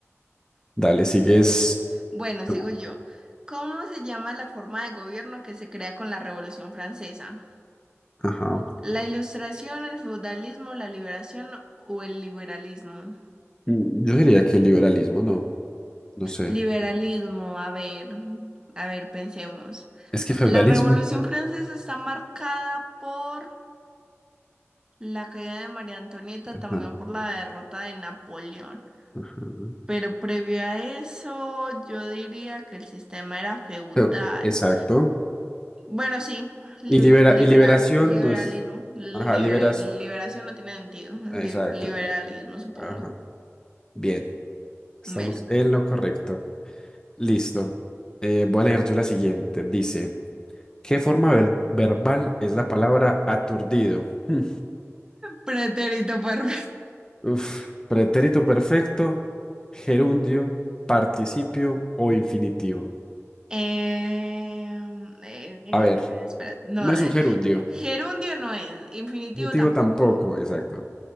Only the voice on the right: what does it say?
Bueno,
sigo yo. ¿Cómo se llama la forma de gobierno que se crea con la Revolución Francesa?
¿La Ilustración, el feudalismo, la liberación o el liberalismo?
Liberalismo, a ver, a ver, pensemos.
La Revolución Francesa está marcada por la caída de María Antonieta,
también por la derrota de Napoleón.
Pero previo a eso, yo diría que el sistema era feudal.
Bueno, sí, li-
liberal,
liberalismo,
libe-
liberación no tiene sentido,
li- liberalismo supongo.
Melo.
Pretérito perfecto.
<laughs> Em, eh, eh,
espera, no,
eh,
gerundio no es, infinitivo
tampoco,